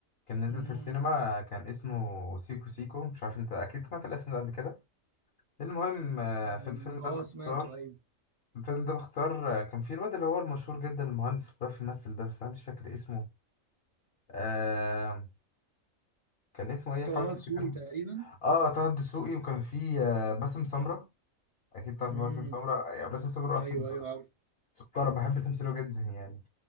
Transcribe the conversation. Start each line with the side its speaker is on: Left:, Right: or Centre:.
Left: كان نزل
Right: امم
Left: في السينما كان اسمه سيكو سيكو مش عارف انت اكيد سمعت الاسم ده قبل كده المهم آه،
Right: اه
Left: في الفيلم ده
Right: آه،
Left: باختصار
Right: سمعته ايوه
Left: الفيلم ده باختصار آه، كان فيه الواد اللي هو المشهور جدا المهندس اللي بيعرف يمثل ده بس انا مش فاكر اسمه آه كان اسمه ايه
Right: طه
Left: حاول تفتكره
Right: دسوقي تقريبا
Left: اه طه الدسوقي وكان فيه آه باسم سمرة اكيد تعرف
Right: امم
Left: باسم سمرة يعني باسم سمرة اصلا
Right: ايوه
Left: ده
Right: ايوه عارف
Left: سكارة بحب تمثيله جدا يعني